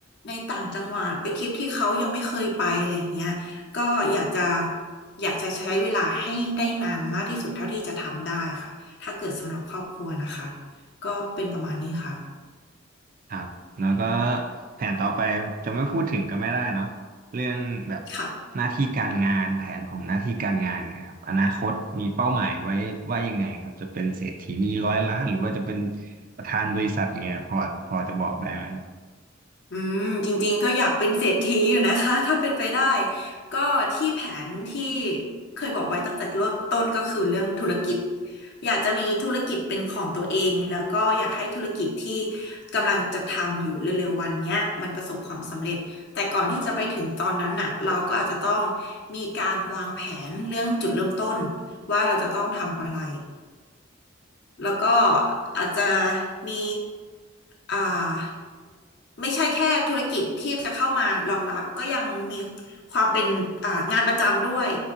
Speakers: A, on the left (about 55°); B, on the right (about 45°).
A: ในต่างจังหวัดไปทริปที่เขายังไม่เคยไปอะไรเงี้ยก็อยากจะอยากจะใช้เวลาให้ได้นานมากที่สุดเท่าที่จะทำได้ค่ะถ้าเกิดสำหรับครอบครัวนะคะ ก็เป็นประมาณนี้ค่ะ
B: ครับแล้วก็
A: อืม
B: แผนต่อไปจะไม่พูดถึงก็ไม่ได้เนาะเรื่องแบบ
A: ค่ะ
B: หน้าที่การงานแผนของหน้าที่การงานนะครับอนาคตมีเป้าหมายไว้ว่ายังไงครับจะเป็นเศรษฐีนีร้อยล้านหรือว่าจะเป็นประธานบริษัทเงี้ยพอพอจะบอกได้ไหมค
A: อืมจริงๆก็อยากเป็นเศรษฐีอยู่นะคะ <laughs> ถ้าเป็นไปได้ ก็ที่แผนที่เคยบอกไว้ตั้งแต่เริ่มต้นก็คือเรื่องธุรกิจ อยากจะมีธุรกิจเป็นของตัวเองแล้วก็อยากให้ธุรกิจที่กำลังจะทำอยู่เร็วๆวันเนี้ยมันประสบความสำเร็จ แต่ก่อนที่จะไปถึงตอนนั้นน่ะเราก็อาจจะต้องมีการวางแผนเรื่องจุดเริ่มต้นว่าเราจะต้องทำอะไร แล้วก็อาจจะมีอ่าไม่ใช่แค่ธุรกิจที่จะเข้ามารองรับก็ยังมีความเป็นอ่างานประจำด้วย